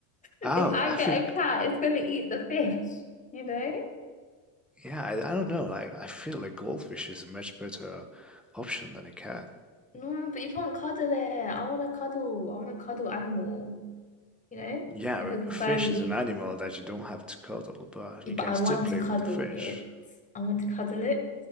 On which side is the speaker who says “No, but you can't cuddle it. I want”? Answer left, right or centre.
Left